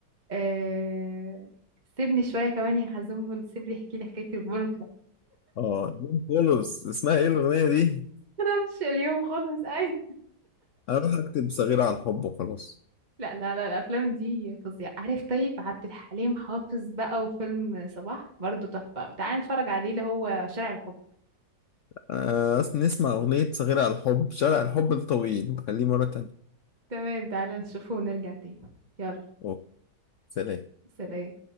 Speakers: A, on the right; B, on the left.
A: آه، سيبني شوية كمان يا حزنبل سيبني احكي لي حكاية البون
B: آه جون كولوس اسمها إيه الأغنية دي؟
A: <laughs> مش اليوم خالص أيوة.
B: اروح اكتب صغيرة على الحب وخلاص
A: لا لا لا الافلام دي فظيعه عارف طيب عبد الحليم حافظ بقى وفيلم صباح برضو تحفه تعالى نتفرج عليه اللي هو شارع الحب
B: آه نسمع اغنية صغيرة على الحب شارع الحب الطويل نخليه مرة تانية
A: تمام تعالى نشوفه ونرجع تاني يلا
B: أوه. سلام
A: سلام